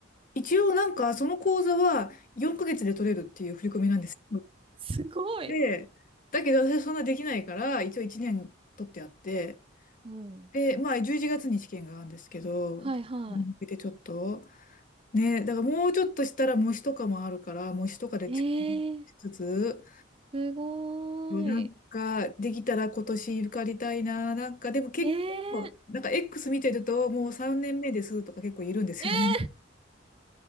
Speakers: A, on the left (about 40°); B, on the right (about 25°).
A: 一応なんか、その講座は4ヶ月で取れるっていう振り込みなんです。
B: すごい。
A: で、だけど私はそんなできないから、一応1年取ってあって、
B: うん。
A: で、まあ11月に試験があるんですけど、
B: はいは
A: 向けてちょっと、ね、だからもうちょっとしたら模試とかもあるから、模試とかでち
B: い。えー、
A: しつつ、
B: すごい。
A: でなんかできたら今年受かりたいな、なんかでも結構、
B: ねえ。
A: なんか X 見てるともう3年目ですとか結構いるんですよね。
B: ねえ、